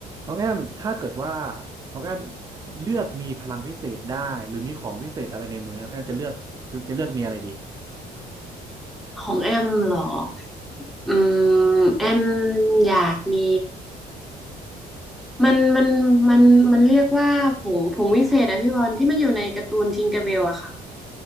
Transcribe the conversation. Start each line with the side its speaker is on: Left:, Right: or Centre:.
Right: น้องแอมถ้าเกิดว่าน้องแอมเลือกมีพลังพิเศษได้หรือมีของพิเศษอะไรในมือน้องแอมจะเลือกจะเลือกมีอะไรดี
Centre: ของแอมเหรออืมแอมอยากมีมันมันมันมันเรียกว่าผงผงวิเศษอะพี่บอลที่มันอยู่ในการ์ตูนทิงเกอร์เบลอะค่ะ